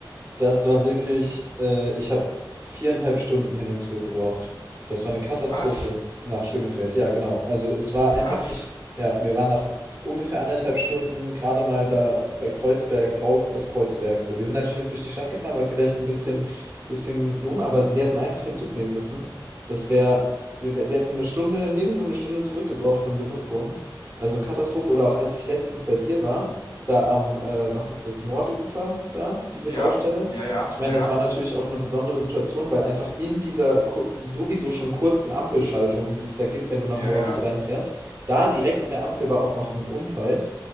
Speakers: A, on the right; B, on the left.
A: Das war wirklich, äh, ich habe viereinhalb Stunden hin und zurück gebraucht. Das war eine Katastrophe
B: was?
A: nach Schönefeld. Ja, genau. Also es war einfach,
B: Was?
A: ich, ja, wir waren nach ungefähr anderthalb Stunden gerade mal da bei Kreuzberg, raus aus Kreuzberg. So, wir sind natürlich auch durch die Stadt gefahren, war vielleicht ein bisschen, bisschen dumm, aber wir hätten einfach den Zug nehmen müssen. Das wäre, wir, wir hätten eine Stunde hin und eine Stunde zurück gebraucht von Gesundbrunnen. Also Katastrophe. Oder auch als ich letztens bei dir war, da am, äh, was ist das, Nordufer da, diese
B: Ja,
A: Baustelle.
B: ja, ja,
A: Ich meine,
B: ja, ja,
A: das war natürlich auch eine besondere Situation, weil einfach in dieser ku- sowieso schon kurzen Ampelschaltung, die es da gibt, wenn du nach
B: ja,
A: Moabit
B: ja.
A: reinfährst, da direkt an der Ampel war auch noch ein Unfall.